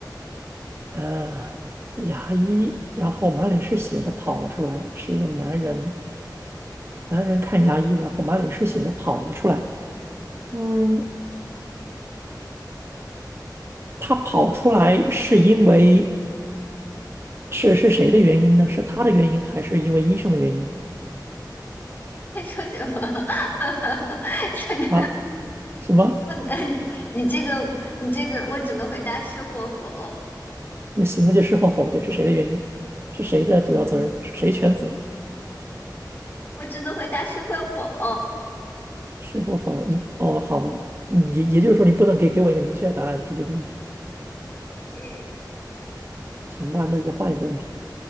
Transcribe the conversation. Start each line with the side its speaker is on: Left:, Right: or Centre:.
Right: 呃，牙医，然后满脸是血的跑了出来，是一个男人。男人看牙医，然后满脸是血的跑了出来。嗯，他跑出来是因为是是谁的原因呢？是他的原因，还是因为医生的原因
Left: <laughs> 他说什么？<laughs> 这个，
Right: 啊？什么？
Left: 我，你你这个，你这个，我只能回答是或否，
Right: 那行，那就是或否，对，是谁的原因？是谁的主要责任？是谁全责？
Left: 我只能回答是或否。
Right: 是或否？你哦，好吧，嗯也也就是说，你不能给给我一个明确的答案，就这个问题。
Left: 哎。
Right: 行吧，那就换一个问题。